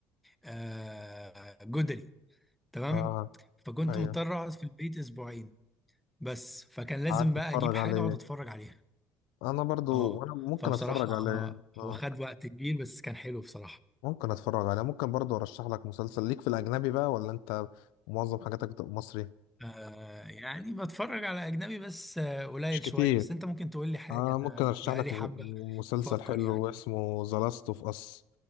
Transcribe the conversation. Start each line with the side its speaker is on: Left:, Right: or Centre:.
Centre: آه، جدري تمام
Left: اه
Centre: فكنت
Left: ايوه
Centre: مضطر اقعد في البيت اسبوعين بس فكان لازم
Left: قعدت
Centre: بقى
Left: اتفرج
Centre: اجيب حاجة
Left: عليه
Centre: اقعد اتفرج عليها
Left: انا برضو
Centre: اه
Left: وانا ممكن
Centre: فبصراحة
Left: اتفرج عليه
Centre: آه،
Left: اه
Centre: هو خد وقت كبير بس كان حلو بصراحة
Left: ممكن اتفرج عليه ممكن برضو ارشح لك مسلسل ليك في الاجنبي بقى ولا انت معظم حاجاتك بتبقى مصري
Centre: آه يعني بتفرج على أجنبي بس آه قليل
Left: مش كتير
Centre: شوية بس أنت ممكن تقول لي حاجة
Left: آه ممكن
Centre: أنا
Left: ارشح
Centre: بقالي
Left: لك م-
Centre: حبة
Left: م- مسلسل
Centre: بفكر
Left: حلو
Centre: يعني
Left: اسمه ذا لاست اوف اس